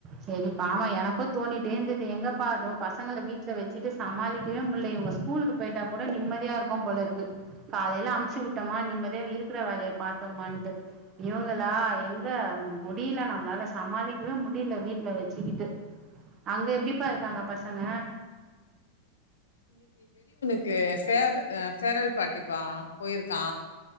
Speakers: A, on the right (about 30°); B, on the left (about 65°).
A: சரிப்பா ஆமா எனக்கு தோணி டே இருந்தது எங்கப்பா இதோ பசங்கள வீட்ல வச்சுட்டு சமாளிக்கவே முல்ல இவுங்க ஸ்கூலுக்கு போய்ட்டா கூட நிம்மதியா இருக் க்கு போல இருக்கு காலேல அமுச்சு விட்டோமா நிம்மதியா இருக்குற வேலய பாத்தோமான்ட்டு இவுங்க லா எங்க முடில நம்மளால சமாளிக்கவே முடில வீட்ல வச்சுக்கிட்டு அங்க எப்டிப்பா இருக்காங்க பசங்க
B: <unintelligible> பேர் அ ஃபேர்வல் பார்ட்டிப்பா போய்ருக்கா